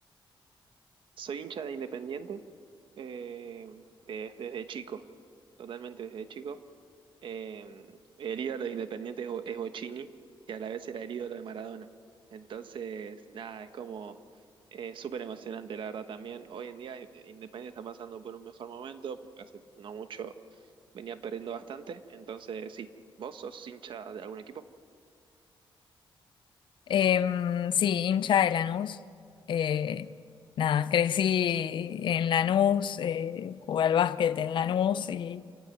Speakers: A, on the right; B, on the left.
A: Soy hincha de Independiente eh, de- desde chico, totalmente desde chico. Eh, el ídolo de Independiente es, Bo- es Bochini y a la vez era el ídolo de Maradona. Entonces, nada, es como eh, súper emocionante, la verdad también. Hoy en día eh, Independiente está pasando por un mejor momento, porque hace no mucho venía perdiendo bastante. Entonces, sí, ¿vos sos hincha de algún equipo?
B: Em, sí, hincha de Lanús. Eh, nada, crecí en Lanús, eh, jugué al básquet en Lanús y,